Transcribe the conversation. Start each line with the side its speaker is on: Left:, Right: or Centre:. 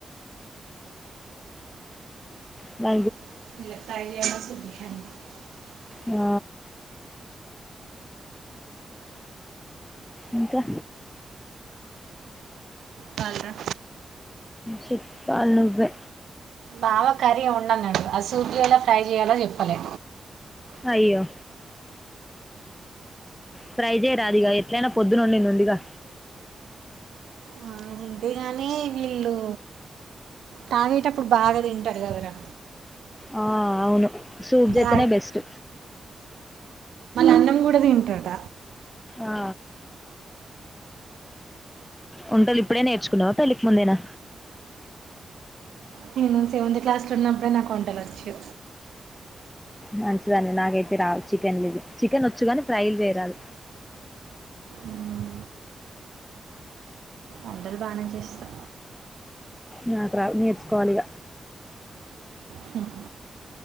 Left: మ
Right: <inaudible>
Left: ఆ ఇంకా
Right: కాల్ రా
Left: చెప్పాలి నువ్వే
Right: బావ కర్రీ వండన్నాడు ఇగ అది సూపి ఎలా ఫ్రై చేయాలో చెప్పలే
Left: అయ్యో ఫ్రై చేయరాదిగా ఎట్లయినా పొద్దున ఒండింది ఉందిగా
Right: ఆ, ఉంది కానీ వీళ్ళు తాగేటప్పుడు బాగా తింటారు కదరా
Left: ఆ అవును సూప్ చేస్తేనే
Right: <inaudible>
Left: బెస్ట్
Right: అన్నం కూడా తింటాట
Left: ఆ వంటలు ఇప్పుడే నేర్చుకున్నావా పెళ్ళికి ముందేనా
Right: నేను సెవెంత్ క్లాస్ లో ఉన్నప్పుడు ప్పుడే నాకు వంటలు వచ్చు
Left: మంచిదండి నాకైతే రా చికెన్ లేదు చికెన్ వచ్చు కాని ఫ్రై లు చేయరాదు
Right: మ్మ్. వంటలు బానే చేస్తా
Left: నాకు రాద్ నేర్చుకోవాలి ఇగ
Right: హ్మ్